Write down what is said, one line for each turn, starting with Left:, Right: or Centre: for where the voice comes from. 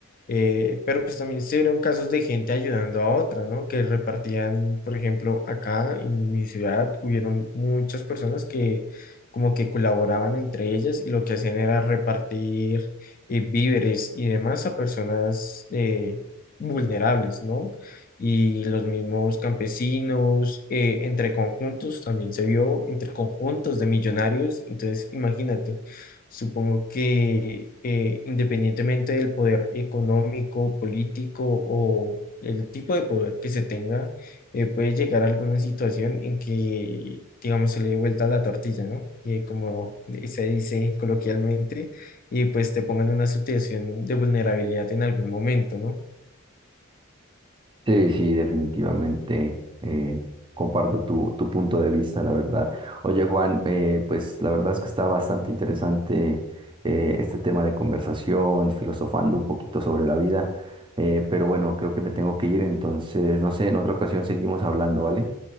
Left: Eh, pero pues también se vieron casos de gente ayudando a otra, ¿no? Que repartían, por ejemplo, acá en mi ciudad hubieron muchas personas que como que colaboraban entre ellas y lo que hacían era repartir eh, víveres y demás a personas eh, vulnerables, ¿no? Y los mismos campesinos, eh, entre conjuntos, también se vio entre conjuntos de millonarios, entonces imagínate. Supongo que eh, independientemente del poder económico, político o el tipo de poder que se tenga, eh, puede llegar a alguna situación en que, digamos, se le dé vuelta la tortilla, ¿no? Y como se dice coloquialmente, y pues te pongan en una situación de vulnerabilidad en algún momento, ¿no?
Right: Sí, sí, definitivamente. eh, comparto tu, tu punto de vista, la verdad. Oye, Juan, eh, pues la verdad es que está bastante interesante eh, este tema de conversación, filosofando un poquito sobre la vida. eh, pero bueno, creo que me tengo que ir, entonces, no sé, en otra ocasión seguimos hablando, ¿vale?